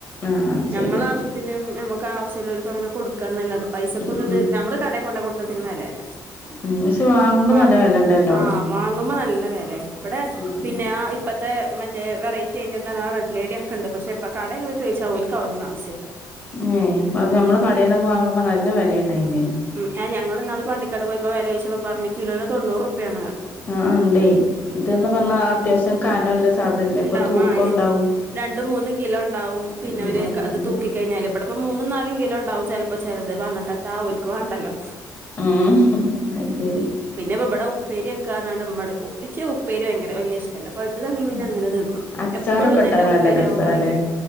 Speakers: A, on the left; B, on the right.
A: ആഹ് ശരി
B: നമ്മള ആവശ്യത്തിനന് നമുക്ക് ആവശ്യമല്ലർക്കും അങ്ങെ കൊടുക്കുകന്നല്ല അത് പൈസക്ക
A: ഉം
B: ഒന്ന ഇത്
A: ഉം
B: നമ്മള് കട കൊണ്ട കൊടുത്തതിന് വിലയല്ല
A: ഉം പക്ഷെ വാങ്ങുമ്പോ
B: ആഹ
A: നല്ല വെലണ്ടല്ലോ
B: വാങ്ങുമ്പോ നല്ല വിലയാണ് ഇവിടെ
A: ഉം
B: പിന്നെ ആ ഇപ്പ മറ്റേ വററ്റി ഐറ്റം എന്ത പറഞ്ഞാ റെഡ് ലേഡിയ ഒക്കെണ്ട് പെ ഇ കടയൊെ ചോദിച്ചാൽ പോല ആാവുന്ന ആശ്യമല്ല
A: ഉ അ അത് നമ്മള് കടയിൽന്നൊക്കെ വാങ്ങുമ്പോ നല്ല വിലയുണ്ട അതിന്
B: ഉം ഞങ്ങൾ എന്നാള് പണ്ടിക്കട് പോയപ്പോ വില കിച്ച പറഞ്ഞ കിലോനന് തൊണ്ണൂറ്ുപയാണ് കാരണം
A: ആഹ ഉണ്ടേ ഇതന്ന് പറഞ്ഞാ അത്യാവശ്യം കാനംല്ല സാധനല്ല
B: ഇണ്ടാവും
A: ഇപ്പൊ തൂക്കം
B: ആഹ് അയന്നെ
A: ഉണ്ടാവും
B: രണ്ടും മൂന്നും കിലോ ഉണ്ടാവും പിന്നെ
A: ഉം
B: ഒരു
A: അതന്നെ
B: അത് തൂക്ക കഴിഞ്ഞാൽ ഇവിടെപ്പോ മൂന്നും നാലും കിലോ ഉണ്ടാവും ചിലപ്പോ ഇപ്പൊ ചെറത് പറഞ്ഞിട്ട് ത ആ അവലക്ക് വേണ്ടല്ലോ
A: ഉം അത് ശരി
B: പിന്നെപ്പോ ഇവിടെ ഉപ്പേരിയൊക്കൊനാണ്ട് മടു കുപ്പിച്ച് ഉപ്പേര് ഭയങ്കര വല ഇഷ്ടല്ലോ പഴു കണങ്ങി പിന്നെ
A: ഉം
B: അങ്ങനെ തീർന്നു
A: അച്ചാറൊക്കെ
B: എപ്പോഴും ഇതന്നെ
A: ഇട്ടാ
B: ഉപ്പേരിയാക
A: നല്ല രസാല്ലേ
B: പറയും